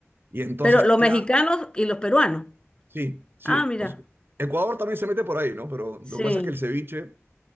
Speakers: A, on the right; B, on the left.
A: Y entonces,
B: pero los
A: claro,
B: mexicanos y los peruanos.
A: sí, sí.
B: Ah, mira,
A: o sea, Ecuador también se mete por ahí, ¿no? Pero
B: sí,
A: lo que pasa es que el ceviche,